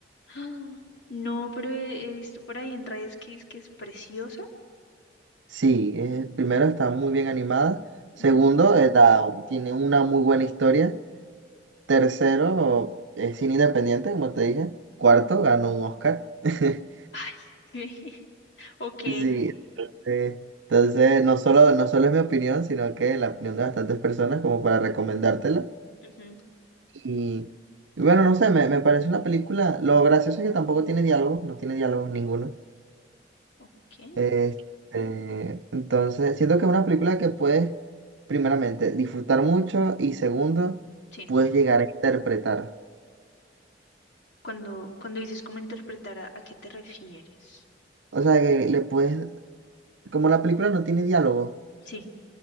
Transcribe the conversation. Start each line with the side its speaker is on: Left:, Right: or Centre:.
Left: Ah, No, pero he, he visto por ahí en redes que es que es preciosa.
Right: Sí, eh, primero está muy bien animada.
Left: Ujú.
Right: Segundo, eh, da- tiene una muy buena historia. Tercero, es cine independiente, como te dije. Cuarto, ganó un Oscar. <laughs>
Left: Ay, <laughs> ¿qué? Ok,
Right: Sí, eh, entonces no solo, no solo es mi opinión, sino que la opinión de bastantes personas como para recomendártela.
Left: Ujú,
Right: Y, y bueno, no sé, me, me parece una película. Lo gracioso es que tampoco tiene diálogo, no tiene diálogo ninguno.
Left: Ok,
Right: Este, entonces, siento que es una película que puedes, primeramente, disfrutar mucho y segundo,
Left: sí.
Right: puedes llegar a interpretar.
Left: Cuando, cuando dices cómo interpretar, ¿a, a qué te refieres?
Right: O sea, que le puedes, como la película no tiene diálogo
Left: Sí.